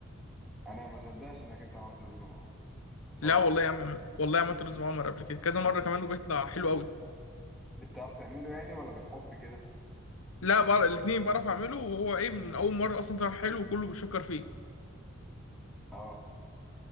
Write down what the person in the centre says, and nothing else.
انا ما صدقش انك انت عملت رز معمر بصراحه
رز
بتعرف تعمله يعني ولا بالحب كده
اه